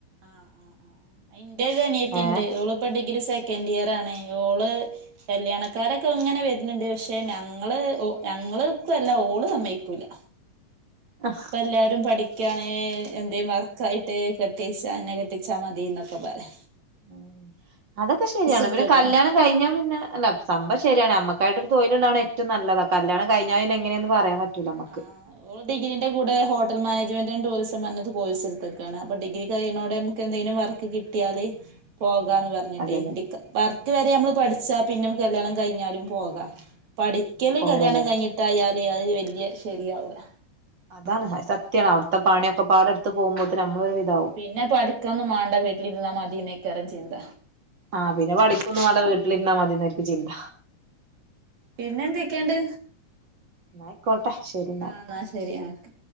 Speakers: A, on the right; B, on the right.
A: ആഹ് ആഹ് ആഹ് ഇന്റെ ഒരനിയത്തി
B: ഏഹ്
A: ണ്ട് ഓള്പ്പൊ ഡിഗ്രി സെക്കൻഡിയറാണ് ഓള് കല്യാണക്കാരൊക്കങ്ങനെ വെര്ന്ന്ണ്ട് പക്ഷെ ഞങ്ങള് ഒ ഞങ്ങള് വെക്കല്ല ഓള് സമ്മയ്ക്കൂല്ല
B: ആഹ്
A: എല്ലാരും പഠിക്കാണ് എന്തേം വർക്കായിട്ട് കെട്ടിച്ച എന്നെ കെട്ടിച്ചാ മതി ന്നൊക്കെ പറയ
B: ഉം അതൊക്കെ ശെര്യാണ്‌
A: എടുത്തേക്കാണ്
B: പിന്നെ കല്യാണ കഴിഞ്ഞാ പിന്നെ അല്ല സംഭവം ശെര്യാണ് അമ്മക്കായിട്ടൊരു തൊഴില്ണ്ടാണെ ഏറ്റും നല്ലത് കല്യാണ കഴിഞ്ഞ പിന്നെ എ ങ്ങനെന്ന് പറയാൻ പറ്റൂല്ലമക്ക്.
A: ആഹ് ഓള് ഡിഗ്രീന്റെ കൂടെ ഹോട്ടൽ മാനേജ്മെൻ്റ് ആൻഡ് ടൂറിസം പർഞ്ഞൊരു കോഴസ് ട്ത്തക്കാണ് അപ്പോ ഡിഗ്രി കഴിണോടമ്മ ക്കെന്തെങ്കിലും വർക്ക് കിട്ട്യാല് പോകാന്ന് പർ <unintelligible>
B: അതന്നെ
A: വർക്ക് വരെ അമ്മള് പഠിച്ചാ പിന്നെ മ്മക്ക് കല്യാണം കഴിഞ്ഞാലും പോക പഠി ക്കല്
B: പോവല്ലേ
A: കല്യാണം കഴിഞ്ഞിട്ടായാല് അത് വെല്യ ശെരിയാവൂല്ല.
B: അതാണ് അത് സത്യാണ് അവ്ട്ത്തെ പണ്യൊക്കെപാടെട്ത്ത് പോവുമ്പോത്ത്ന് അമ്മള്
A: ആഹ്
B: താവും
A: പിന്നെ പഠിക്കൊന്നും മാണ്ട വീട്ടിലിര്ന്നാ മതിന്നേക്കാരം ചിന്ത
B: ആഹ് പിന്നെ പഠിക്കൊന്നും മാണ്ട വീട്ടിലിര്ന്നാമതിന്നായിരിക്കും ചിന്ത.
A: പിന്നെ ന്തൊക്കെണ്ട്?
B: എന്നയിക്കോട്ടെ ശെരി ന്നാല്.
A: എന്നാ ശരി ആഹ്